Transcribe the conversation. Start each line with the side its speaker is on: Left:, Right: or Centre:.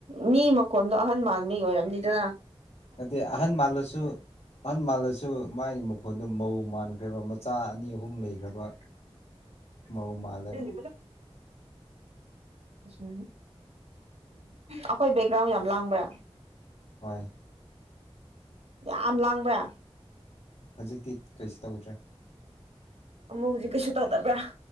Right: ꯃꯤ ꯃꯈꯣꯟꯗꯣ ꯑꯍꯟ ꯃꯥꯟ ꯃꯤ ꯑꯣꯏꯔꯝꯅꯤꯗꯅ
Left: ꯅꯠꯇꯦ ꯑꯍꯟ ꯃꯥꯜꯂꯁꯨ ꯑꯍꯟ ꯃꯥꯜꯂꯁꯨ ꯃꯥꯥꯏ ꯑꯩꯒꯤ ꯃꯈꯣꯟꯗꯣ ꯃꯧ ꯃꯥꯟꯈ꯭ꯔꯦꯕ ꯃꯆꯥ ꯑꯅꯤ ꯑꯍꯨꯝ ꯂꯩꯈ꯭ꯔꯕ ꯃꯧ ꯃꯥꯜꯂꯦꯕ
Right: ꯍꯁꯨ ꯎꯝ ꯑꯩꯈꯣꯏ ꯕꯦꯛꯒ꯭ꯔꯥꯎꯟ ꯌꯥꯝ ꯂꯥꯡꯕ
Left: ꯍꯣꯏ
Right: ꯌꯥꯝ ꯂꯥꯡꯕ꯭ꯔ
Left: ꯍꯧꯖꯤꯛꯇꯤ ꯀꯩꯁꯨ ꯇꯧꯗ꯭ꯔꯦ
Right: ꯑꯃꯨꯛ ꯍꯧꯖꯤꯛ ꯀꯩꯁꯨ ꯇꯧꯗꯕ꯭ꯔꯥ